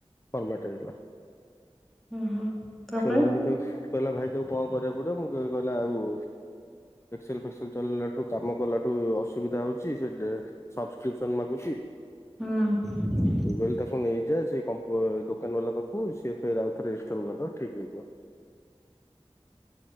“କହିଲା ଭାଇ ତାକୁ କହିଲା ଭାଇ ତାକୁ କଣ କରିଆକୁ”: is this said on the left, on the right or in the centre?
Left